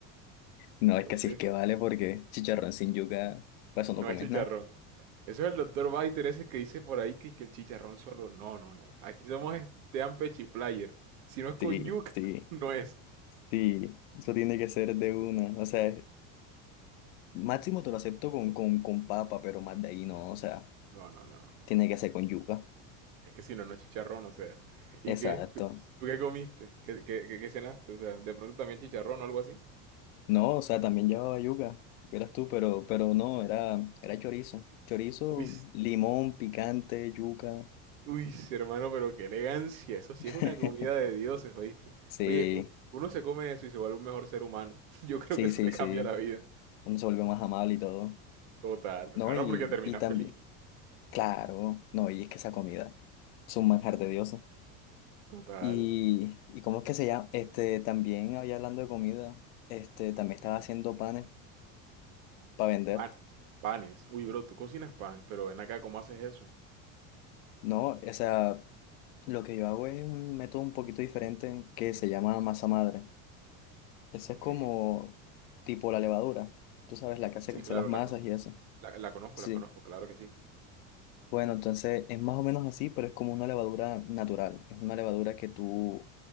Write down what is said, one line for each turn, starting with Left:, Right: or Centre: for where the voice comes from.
Left: no, es
Right: Entonces,
Left: que así es que vale porque chicharrón sin yuca, para eso
Right: No
Left: no comes
Right: es chicharrón.
Left: nada.
Right: Eso es el doctor Biter ese que dice por ahí que, que el chicharrón solo. No, no, no. Aquí somos Estean Pechiplayer. Si no es con
Left: Sí,
Right: yuca,
Left: sí,
Right: <laughs> no es.
Left: sí, eso tiene que ser de una. O sea, máximo te lo acepto con, con, con papa, pero más de ahí no, o sea,
Right: No, no, no.
Left: tiene que ser con yuca.
Right: Es que si no, no es chicharrón, o sea. ¿Y
Left: Exacto.
Right: qué? ¿Tú, tú qué comiste? ¿Qué, qué, qué- qué cenaste? O sea, de pronto también chicharrón o algo así.
Left: No, o sea, también llevaba yuca, eras tú, pero, pero no, era, era chorizo. Chorizo,
Right: Uy, s-
Left: limón, picante, yuca.
Right: uy, s- hermano, pero qué elegancia. Eso sí
Left: <laughs>
Right: es una comida de dioses, ¿oíste?
Left: Sí,
Right: Oye, u- uno se come eso y se vuelve un mejor ser humano. <laughs> Yo creo
Left: sí,
Right: que eso
Left: sí,
Right: te
Left: sí.
Right: cambia la vida.
Left: uno se vuelve más amable y todo,
Right: Total.
Left: ¿no?
Right: Claro,
Left: Y,
Right: porque terminas
Left: y también,
Right: feliz.
Left: claro, no, y es que esa comida es un manjar de dioses.
Right: Total.
Left: Y, y ¿cómo es que se llama? Este, también había hablando de comida, este, también estaba haciendo panes para vender,
Right: Pan- panes. Uy, bro, tú cocinas pan, pero ven acá, ¿cómo haces eso?
Left: ¿no? O sea, lo que yo hago es un método un poquito diferente que se llama masa madre. Ese
Right: Ok.
Left: es como tipo la levadura, tú sabes, la que hace
Right: Sí,
Left: crecer
Right: claro,
Left: las masas
Right: la, con-
Left: y eso.
Right: la, la conozco,
Left: Sí.
Right: la conozco, claro que sí.
Left: Bueno, entonces es más o menos así, pero es como una levadura natural. Es una levadura que tú,